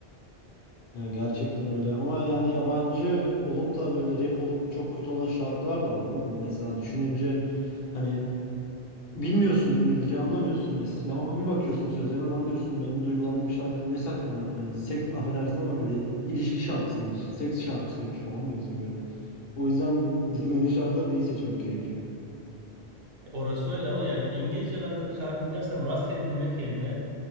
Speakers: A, on the left; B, on the right.
A: Ya gerçekten öyle ama yani yabancı olup da böyle rap olup çok kötü olan şarkılar da var oğlum. Mesela düşününce hani bilmiyorsun İngilizce anlamıyorsun mesela ama bir bakıyorsun sözlerine lan diyorsun benim duygulandığım şarkı ne saçma hani seks affedersin ama böyle ilişki şarkısıymış, seks şarkısıymış falan diyorsun böyle. O yüzden dinlediğin şarkıları da iyi seçmek gerekiyor.
B: Orası öyle ama yani İngilizce ben zaten şarkı dinlersem rastgele dinlemek yerine